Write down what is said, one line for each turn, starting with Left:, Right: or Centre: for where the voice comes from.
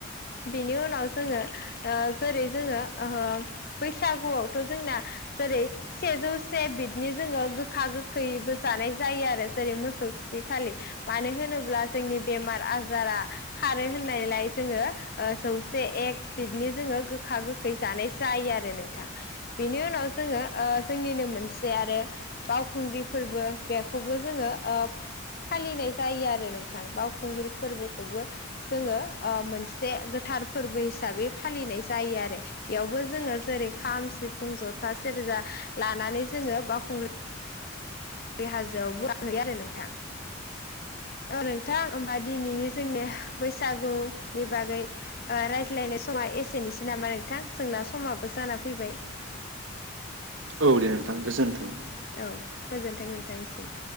Left: बिनि उनाव जोङो ओ जेरै जोङो ओ बैसागुआवथ' जोंना जेरै सेजौ से बिटनि जोङो गोखा गोखैबो जानाय जायो आरो जेरै मोसौ थु खै खालि मानो होनोब्ला जोंनि बेमार आजारा खारो होननायलाय जोङो जौसे एक बिटनि जोङो गोखा गोखै जानाय जायो आरो नोंथां। बेनि उनाव जोङो ओ जोंनिनो मोनसे आरो बावखुंग्रि फोरबो बेखौबो जोङो ओ फालिनाय जायो आरो नोंथां बावखुंग्रि फोरबोखौबो जोङो ओ मोनसे गोथार फोर्बो हिसाबै फालिनाय जायो आरो। एयावबो जोङो जेरै खाम, सिफुं, जथा, सेरजा लानानै जोङो बावखुंग्रि ग्रि हाजोआवबो गाखोयो आरो नोंथां। ओ नोंथां ओमबा दिनिनि जोंनि ह बैसागु नि बागै ओ रायज्लायनाय समा एसेनोसै नामा नोंथां जोंना समाबो जाना फैबाय।
Right: औ दे नोंथां गोजोनथों।
Left: औ गोजोनथों नोंथांनिसिम।